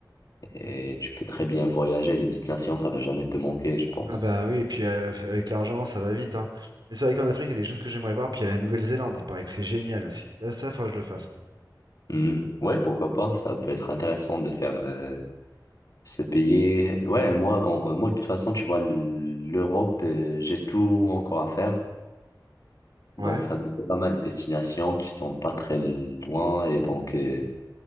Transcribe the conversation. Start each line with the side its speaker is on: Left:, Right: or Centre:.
Left: et tu peux très bien voyager. Les destinations, ça va jamais te manquer, je pense.
Right: Ah bah oui, et puis euh, avec l'argent, ça va vite, hein. Mais c'est vrai qu'en Afrique, il y a des choses que j'aimerais voir. Puis il y a la Nouvelle-Zélande, il paraît que c'est génial aussi. Ça, ça, faudra que je le fasse.
Left: Hmm. Ouais, pourquoi pas? Ça peut être intéressant de faire euh, se payer. Ouais, moi, en- moi, de toute façon, tu vois, l'Europe, euh, j'ai tout encore à faire.
Right: Ouais.
Left: Donc, ça me fait pas mal de destinations qui sont pas très loin et donc euh,